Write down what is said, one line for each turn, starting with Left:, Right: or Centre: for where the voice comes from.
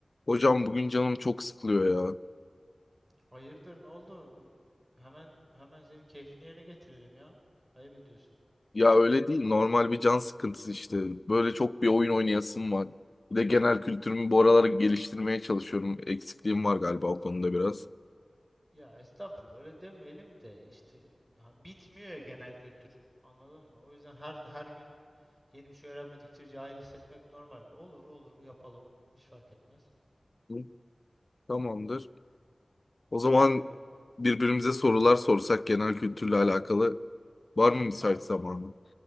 Left: Hocam bugün canım çok sıkılıyor ya.
Right: Hayırdır ne oldu? Bir- Hemen hemen senin keyfini yerine getirelim ya. Ayıp ediyorsun.
Left: Ya öyle değil normal bir can sıkıntısı işte. Böyle çok bir oyun oynayasım var. Bir de genel kültürümü bu aralar geliştirmeye çalışıyorum. Eksikliğim var galiba o konuda biraz.
Right: Ya estağfurullah öyle demeyelim de işte ha, bitmiyor ya genel kültürü. Anladın mı? O yüzden her her gün yeni bir şey öğrenmedikçe cahil hissetmek normal. Olur olur yapalım. Hiç fark etmez.
Left: Hı, Tamamdır. O zaman
Right: Ee,
Left: birbirimize
Right: sen,
Left: sorular sorsak genel kültürle
Right: ta-
Left: alakalı. Var mı müsait
Right: tabii tabii.
Left: zamanı?